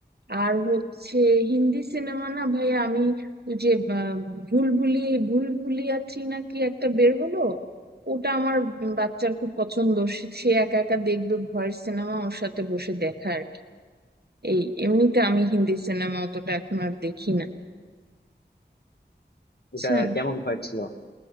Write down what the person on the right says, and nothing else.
আর হচ্ছে হিন্দি সিনেমা না ভাই আমি ওই যে আহ, ভুলভুলি ভুলভুলিয়া থ্রি না কি একটা বের হলো ওটা আমার বাচ্চার খুব পছন্দ সে সে একা একা দেখবে ভয়ের সিনেমা ওর সাথে বসে দেখা আর কি এই এমনিতে আমি হিন্দি সিনেমা অতটা এখন আর দেখি না বুঝছেন